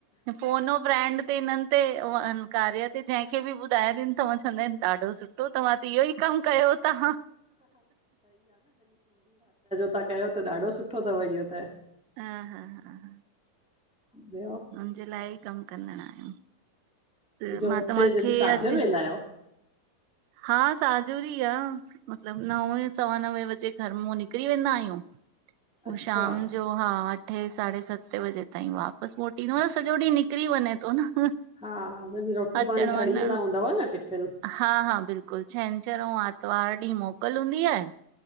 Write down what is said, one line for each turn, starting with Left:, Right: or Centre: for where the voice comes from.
Right: फोन ओ फ्रैंड ते न ते हुन कार्य ते जंहिंखे ॿि ॿुधायां <unintelligible> चवंदा आहिनि ॾाढो सुठो तव्हां त इहो ही कमु कयो ता।
Centre: तव्हां कयो ता ॾाढो सुठो तवं इहो त
Right: हा हा हा हा
Centre: ॿियो?
Right: हुन जे लाइ ई कम कंद आयूं त
Centre: जॉब
Right: मां तव्हांखे
Centre: ते जॾहिं साझर
Right: अॼु।
Centre: वेंदा आहियो?
Right: हा, साजूरी आ। मतलब नवे सवा नवे बजे घर मो निकरी वेंदा आहियूं पो
Centre: अच्छा
Right: शाम। जो हा अठे साढे सते वजे ताईं वापस मोटीं नहयोस ॼो ॾींह निकरी वञे तो न।
Centre: हा, जॾहिं रोटी
Right: अचण
Centre: पाणी
Right: वञण
Centre: खणी वेंदा हूंदव न टिफ़िन।
Right: हा हा बिल्कुल छंछर आऊ आरतवार ॾींह मोकल हूंदी आए।